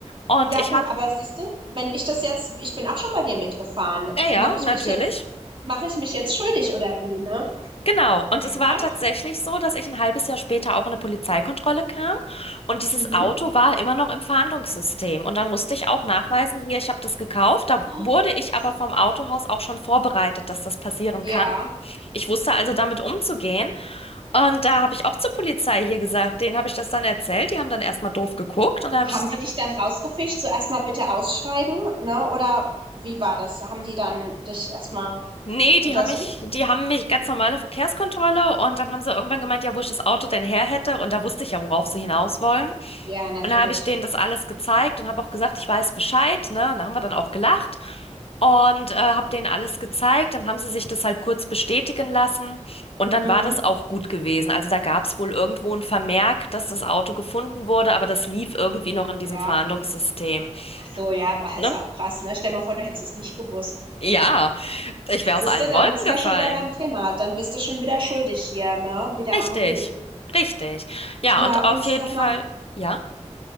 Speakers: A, on the left (about 55°); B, on the right (about 45°).
A: Und
B: Ja
A: ich
B: gut,
A: hatte,
B: aber siehst du, wenn ich das jetzt, ich bin auch schon bei dir mitgefahren,
A: ja, ja,
B: mache ich
A: natürlich.
B: mich jetzt, mache ich mich jetzt schuldig oder wie, ne?
A: Genau,
B: Also,
A: und es war
B: Krass.
A: tatsächlich so, dass ich ein halbes Jahr später auch in eine Polizeikontrolle kam und dieses
B: Mhm.
A: Auto war immer noch im Fahndungssystem. Und dann musste ich auch nachweisen, hier, ich habe das gekauft. Da
B: oh,
A: wurde
B: wie
A: ich
B: krass.
A: aber vom Autohaus auch schon vorbereitet, dass das passieren
B: Ja.
A: kann. Ich wusste also damit umzugehen. Und da habe ich auch zur Polizei hier gesagt, denen habe ich das dann erzählt. Die haben dann erstmal doof geguckt und da habe
B: Haben
A: ich gesagt,
B: die dich dann rausgefischt, so erstmal bitte aussteigen, ne? Oder wie war das? Haben die dann dich erstmal
A: Nee,
B: untersucht?
A: die haben mich, die haben mich ganz normale Verkehrskontrolle und dann haben sie irgendwann gemeint, ja, wo ich das Auto denn her hätte und da wusste ich ja, worauf sie hinaus wollen.
B: Ja, natürlich.
A: Und da habe ich denen das alles gezeigt und habe auch gesagt, ich weiß Bescheid, ne? Und da haben wir dann auch gelacht
B: Mhm.
A: und äh, habe denen alles gezeigt. Dann haben sie sich das halt kurz bestätigen lassen und dann
B: Mhm.
A: war das auch gut gewesen. Also da gab es wohl irgendwo ein Vermerk, dass das Auto gefunden wurde, aber das lief irgendwie noch in diesem
B: Ja.
A: Verhandlungssystem,
B: Ach so, ja,
A: ne?
B: ist auch krass, ne? Stell mal vor, du hättest es nicht gewusst.
A: Ja, ich wäre
B: Siehst
A: aus allen
B: du, dann
A: Wolken
B: sind
A: gefallen.
B: wir schon wieder beim Thema. Dann bist du schon wieder schuldig hier, ne? Wie der
A: Richtig,
B: arme Bub.
A: richtig. Ja,
B: Ja,
A: und
B: und
A: auf
B: sag
A: jeden Fall,
B: mal,
A: ja,